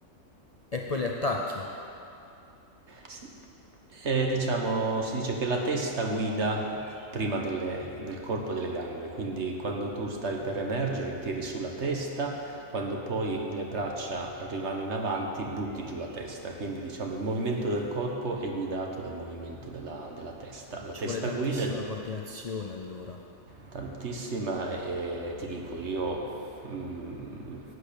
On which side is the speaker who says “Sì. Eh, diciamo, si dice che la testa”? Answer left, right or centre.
Right